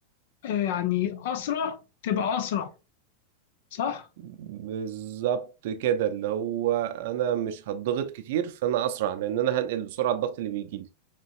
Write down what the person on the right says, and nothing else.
بالظبط كده اللي هو انا مش هتضغط كتير فانا اسرع لان انا هنقل بسرعة الضغط اللي بيجيلي